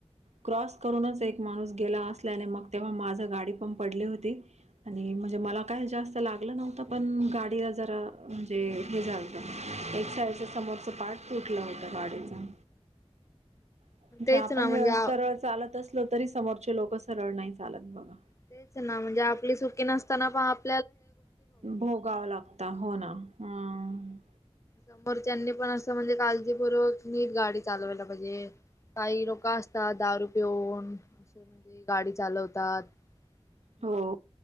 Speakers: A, on the right; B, on the left.
A: क्रॉस करूनच एक माणूस गेला असल्याने. मग तेव्हा माझ गाडी पण पडली होती. आणि म्हणजे मला काय जास्त लागलं नव्हतं पण. गाडीला जरा म्हणजे हे झालत. एक साईडच समोरचं पाठ तुटलं होतं गाडीचा. म्हणजे
B: तेच
A: आपण
B: ना म्हणजे
A: सरळ चालत असलो. तरी समोरचे लोक सरळ नाही चालत बघा.
B: तेच ना. म्हणजे आपली सुखी नसताना पण आप
A: भोगावं लागत. हो ना हम्.
B: समोरच्यानी पण असं म्हणजे काळजीपूर्वक नीट गाडी चालवायला पाहिजे. काही लोक असतात. दारू पिऊन असे म्हणजे गाडी चालवतात.
A: हो
B: मग